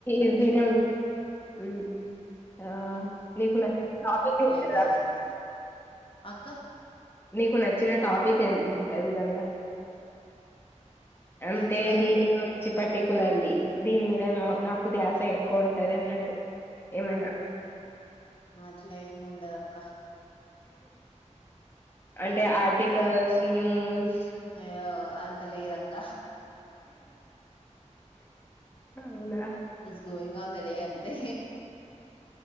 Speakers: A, on the left (about 20°); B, on the left (about 45°).
A: ఈజీనే ఉంట మ్మ్ ఆ నీకు నేను టాపిక్ ఇస్తా
B: టీగనే ఉంట్ అక్క
A: నీకు నచ్చిన టాపిక్ ఏంఉంటది ఇదల్ల అంటే
B: ఎప్పుడు అక్క
A: దీని వచ్చి పట్టికు కులంది దీని మీద నాకు ధ్యాస ఎక్కువ ఉంటది అన్నట్టు ఏమైనా
B: అట్లా ఏమి ఉండదు అక్క
A: అంటే ఆ టికల్స్ న్యూస్
B: ఆ అంతలేదక్క
A: అవునా
B: his going on the day అంతే